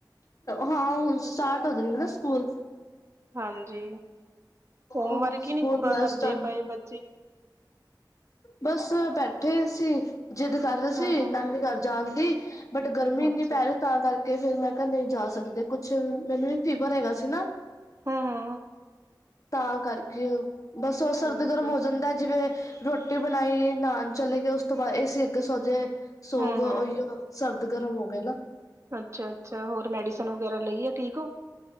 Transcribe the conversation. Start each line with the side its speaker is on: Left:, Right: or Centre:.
Left: ਹਾਂ ਹੁਣ ਸਟਾਰਟ ਹੋ ਜਾਏਗਾ ਨਾ ਸਕੂਲ
Right: ਹਾਂਜੀ ਹੋਮਵਰਕ
Left: ਹੁਣ
Right: ਈ
Left: ਸਕੂਲ
Right: ਨਈ ਪੂਰਾ
Left: ਵਗੈਰਾ
Right: ਕਰਦੇ
Left: ਸਟਾਰਟ
Right: ਪਏ ਬੱਚੇ
Left: ਬਸ ਬੈਠੇ ਅ ਸੀ ਜਿੱਦ ਕਰ ਰਹੇ ਸੀ,
Right: ਹੂੰ ਹੂੰ
Left: ਨਾਨੀ ਘਰ ਜਾਣ ਦੀ, ਬਟ ਗਰਮੀ ਏਨੀ
Right: ਅੱਛਾ
Left: ਪੈ ਰਹੀ ਤਾਂ ਕਰਕੇ ਕੇ' ਫੇਰ ਮੈਂ ਕੇਆ ਨਈ ਜਾ ਸਕਦੇ, ਕੁੱਛ ਮੈਨੂੰ ਵੀ ਫੀਵਰ ਹੈਗਾ ਸੀ ਨਾ
Right: ਹਾਂ-ਹਾਂ
Left: ਤਾਂ ਕਰਕੇ ਬਸ ਓ ਸਰਦ-
Right: ਠੀਕ
Left: ਗਰਮ
Right: ਹੈ
Left: ਹੋ ਜਾਂਦੀ ਤਾ ਜਿਵੇਂ ਰੋਟੀ ਬਣਾਈ ਏ ਨਾਹਨ ਚਲੇ ਗਏ, ਉਸ ਤੋਂ ਬਾਅਦ ਏਸੀ ਅੱਗੇ ਸੋਜੇ ਸੋਗੇ
Right: ਹੂੰ
Left: ਓ,
Right: ਹੂੰ
Left: ਈ ਓ, ਸਰਦ -ਗਰਮ ਹੋ ਗਏ ਨਾ
Right: ਅੱਛਾ-ਅੱਛਾ ਹੋਰ ਮੈਡੀਸਨ ਵਗੈਰਾ ਲਈਏ ਠੀਕ ਓ।